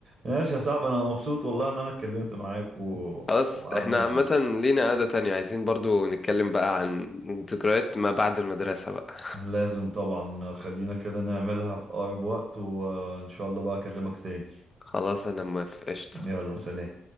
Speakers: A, on the right; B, on the left.
A: ماشي يا صاحبي انا مبسوط والله ان انا اتكلمت معاك و...
B: خلاص
A: وقعدنا
B: احنا عامة لينا قعدة تانية عايزين برضو نتكلم بقى عن ذكريات ما بعد المدرسة بقى
A: لازم طبعا خلينا كده نعملها في اقرب وقت وان شاء الله بقى اكلمك تاني
B: خلاص انا موافق قشطة
A: يلا سلام